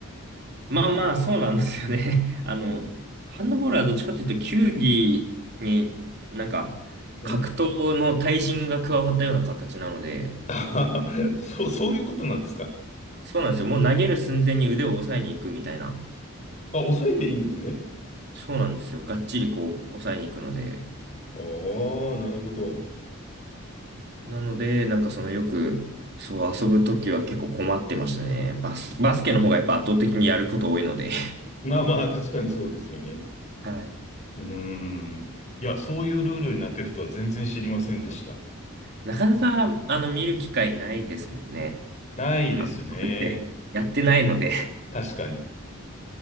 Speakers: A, on the right (about 50°); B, on the left (about 30°).
A: まあまあ、そうなんですよね。<laughs> あの、
B: うん。
A: ハンドボールはどっちかというと、球技になんか、
B: うん。
A: 格闘の対人が加わったような形なので、
B: <laughs> そう、そういうことなんですか
A: そうなんですよ。もう投げる寸前に腕を押さえに行くみたいな。
B: あ、抑えていいんですね。
A: そうなんですよ。がっちりこう、押さえに行くので。
B: ああ、なるほど。
A: なので、なんかそのよく、そう遊ぶときは結構困ってましたね。バス、バスケの方がやっぱ圧倒的にやること多いので。
B: まあまあ、確かにそうですよね。
A: <laughs> はい。
B: うーん。いや、そういうルールになってるとは全然知りませんでした。
A: なかなか、あの、見る機会ないですもんね。
B: ないですね。
A: ハンドボールってやってないので。
B: 確かに。